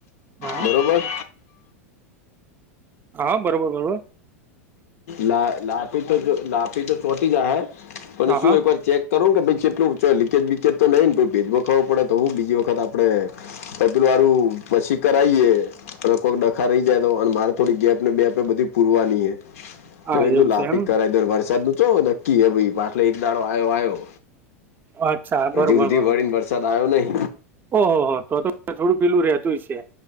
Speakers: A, on the right; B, on the left.
A: હા
B: બરોબર.
A: હા, બરોબર બરોબર.
B: લા લાપી તો લાપી તો ચોટી જાહે પણ
A: હા
B: શું
A: હા
B: એક વાર ચેક કરવુ કે ભઈ કેટલું લીકેેજ બીકેજ તો નઈને ભેજનું ખબર પડે તો હું બીજી વખત આપડે પતરું હારું પછી કરાઈએ. કોક ડખા રય ગયા તો અને મારે થોડી ગેપ ને બેપ ને બધી પૂરવાની. છે મેં
A: હા
B: કીધું
A: એવું
B: લાપિ
A: છે એમ
B: કરાવી દેવ. વરસાદ નું ચો નક્કી હે ભાઈ એટલે એક દાડો આયો આયો.
A: અચ્છા બરોબર
B: અજી હુધી
A: બરોબર
B: વડી ને વરસાદ આયો નહી.
A: ઓહો તો તો થોડું પેલું રહેતું જ છે.